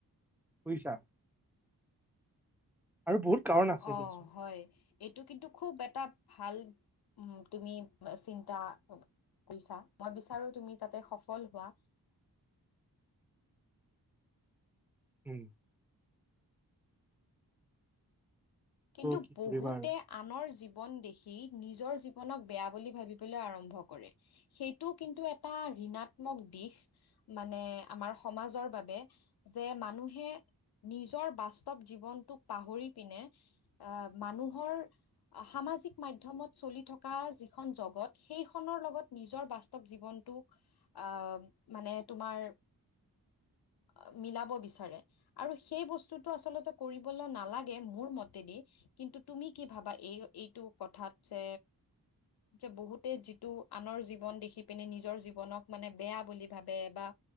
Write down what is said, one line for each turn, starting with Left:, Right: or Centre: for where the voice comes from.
Centre: বুজিছা। আৰু বহুত। কাৰণ আছে
Left: অ
Centre: দিয়াচোন
Left: হয় এইটো কিন্তু খুব এটা। ভাল তুমি চিন্তা। কৰিছা মই বিচাৰো তুমি তাতে সফল হোৱা।
Centre: উম।
Left: কিন্তু
Centre: কি
Left: বহুতে
Centre: কৰিবা আৰু
Left: আনৰ জীৱন দেখি। নিজৰ জীৱনক বেয়া বুলি ভাবিবলৈ আৰম্ভ কৰে সেইটো কিন্তু এটা ঋণাত্মক। দিশ মানে আমাৰ সমাজৰ বাবে যে মানুহে। নিজৰ বাস্তৱ জীৱনটোক পাহৰি পিনে। আহ মানুহৰ সামাজিক মাধ্যমত চলি থকা যিখন জগত সেইখন। লগত নিজৰ বাস্তৱ জীৱনটো আহ মানে তোমাৰ। উ <unintelligible> মিলাব বিচাৰে আৰু সেই বস্তুটো আচলতে কৰিবলৈ নালাগে মোৰ মতে। দি কিন্তু তুমি কি ভাবা এই এইটো কথাত যে। যে বহুতে যিটো আনৰ জীৱন দেখি পিনে নিজৰ জীৱনক মানে বেয়া বুলি ভাবে বা।